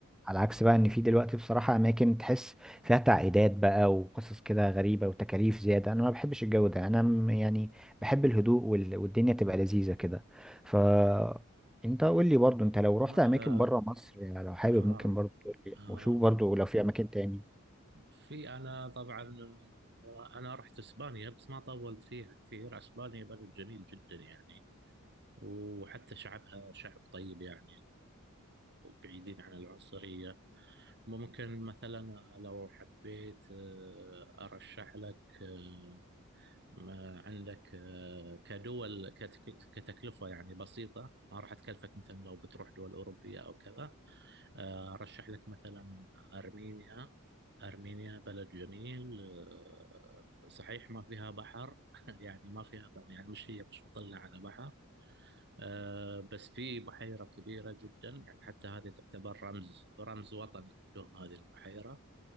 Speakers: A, in the centre; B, on the right.
A: على عكس بقى ان في دلوقتي بصراحه اماكن تحس فيها تعقيدات بقى وقصص كده غريبه وتكاليف زياده انا ما بحبش الجو ده انا م- يعني بحب الهدوء وال- والدنيا تبقى لذيذه كده ف انت قول لي برضو انت لو
B: م-
A: رحت
B: آه
A: اماكن بره مصر يعني لو حابب
B: آه
A: ممكن برضو تقول لي
B: آه
A: وشوف برضو لو في اماكن تاني
B: في انا طبعا آه، انا رحت اسبانيا بس ما طولت فيها كثير اسبانيا بلد جميل جدا يعني وحتى شعبها شعب طيب يعني وبعيدين عن العنصرية ممكن مثلا لو حبيت آه، ارشح لك آه، ما عندك آه، كدول كتك- كتكلفة يعني بسيطة ما راح تكلفك مثلا لو بتروح دول أوروبية أو كذا آه، أرشح لك مثلا أرمينيا أرمينيا بلد جميل آه، صحيح ما فيها بحر <laughs> يعني ما فيها ب- يعني مش هي مش مطلة على بحر آه، بس في بحيرة كبيرة جدا يعني حتى هذه تعتبر رمز رمز وطني عندهم هذه البحيرة